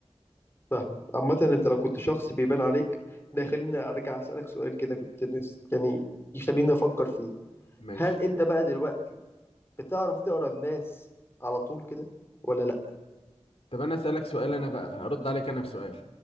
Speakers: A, on the left; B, on the left.
A: فاهمك عامة انت لو كنت شخص بيبان عليك ده يخليني ارجع اسألك سؤال كده كنت نفس يعني يخليني افكر فيه
B: ماشي
A: هل انت بقى دلوقتي بتعرف تقرا الناس على طول كده ولا لا
B: طب انا اسالك سؤال انا بقى هرد عليك انا بسؤال